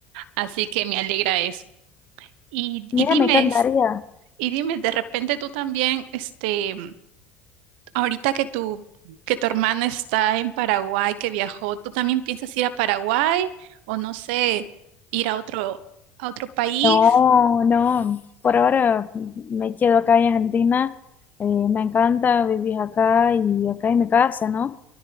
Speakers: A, on the right; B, on the left.
A: Así que me alegra eso. Y, y
B: Mira,
A: dime,
B: me encantaría.
A: es- y dime, de repente tú también, este, ahorita que tu, que tu hermana está en Paraguay, que viajó, ¿tú también piensas ir a Paraguay o no sé, ir a otro, a otro país?
B: No, no. Por ahora me quedo acá en Argentina. Eh, me encanta vivir acá y acá en mi casa, ¿no?